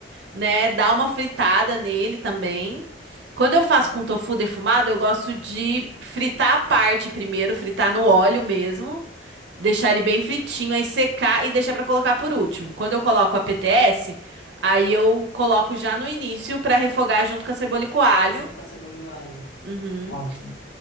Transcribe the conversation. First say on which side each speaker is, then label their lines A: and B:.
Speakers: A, on the right; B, on the left.
A: né? Dá uma fritada nele também. Quando eu faço
B: hum,
A: com tofu defumado, eu gosto de fritar a parte primeiro, fritar no óleo mesmo, deixar ele bem fritinho, aí secar e deixar para colocar por último. Quando eu coloco a PTS, aí eu coloco já no início para refogar junto com a cebola e com o alho.
B: junto com a cebola e o alho.
A: Uhum.
B: Ótimo.